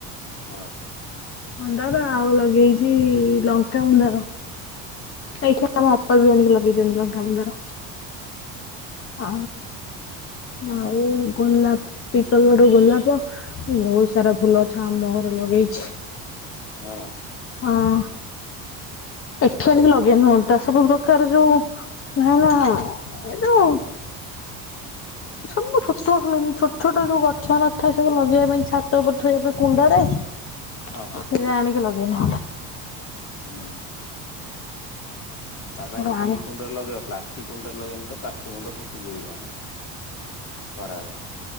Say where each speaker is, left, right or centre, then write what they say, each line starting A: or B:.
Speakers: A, on the left (about 55°); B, on the left (about 40°).
A: ହଁ
B: ମୁଣ୍ଡାର ଆଉ ଲଗେଇଛି ଲଙ୍କା ମନ୍ଦାର। ସେଇଠି
A: ହୁଁ
B: ଆମ ଅପା ବି ଆଣିକି ଲ ଲଗେଇଛନ୍ତି ଲଙ୍କା ମନ୍ଦାର। ହ ଆଉ ଗୋଲାପିକଲର ଗୋଲାପ ବହୁତ ସାରା ଫୁଲ ଗଛ ଆମ ଘରେ ଲଗେଇଛି।
A: ହଁ।
B: ହଁ।
A: ହଉ।
B: ଏଠି ଆଣୀକି ଲଗେଇ ନୁହନ୍ତା ସବୁ କରଛୁ ହେଲା ଏ ଯୋଉ ସବୁ ଛତୁଆ ହୁଏନି ଛୋଟ ଛୋଟ ଯୋଉ ଗଛ ନ ଥାଏ। ସବୁ ଲଗେଇ ପାଇଁ ଛାତଉପରେ ଥୋଇ ଏବେ କୁଣ୍ଡରେ ସେରା
A: ହଁ ହଁ
B: ଆଣିକି ଲଗେଇ <inaudible>
A: ହୁଁ। ତା
B: ସେରା
A: ପାଇଁ କି
B: ଆଣି
A: କୋଣ୍ଡରେ ଲଗେଇବା ପ୍ଲାଷ୍ଟ କି ଗୁଣ୍ଡ ଲଗେଇଲେ ତ ପ୍ଲାଷ୍ଟ ଗୁଣ୍ଡ ଫାଟିଯିବି କଣ ଖରାରେ